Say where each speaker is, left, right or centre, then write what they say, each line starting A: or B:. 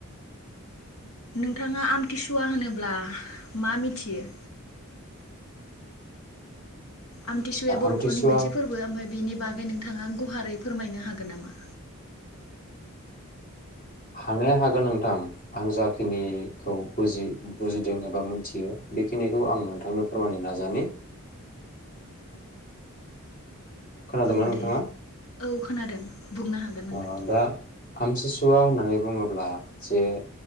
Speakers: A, on the left; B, on the left.
A: नोंथाङा आमथिसुवा होनोब्ला मा मिथियो? आमथिसुवाया बर'फोरनि
B: आमथिसुवा
A: मोनसे फोरबो ओमफ्राय बेनि बागै नोंथाङा गुवारै फोरमायनो हागोन नामा?
B: हानाया हागोन नोंथां आं जाखिनिखौ बुजियो बुजिदों एबा मिथियो बेखिनिखौ आं नोंथांनो फोरमायनो नाजानि। खोनादोंना
A: औ
B: नोंथाङा
A: दे औ खोनादों। बुंनो हागोन नोंथां।
B: अ दा आमथिसुवा होननानै बुङोब्ला जे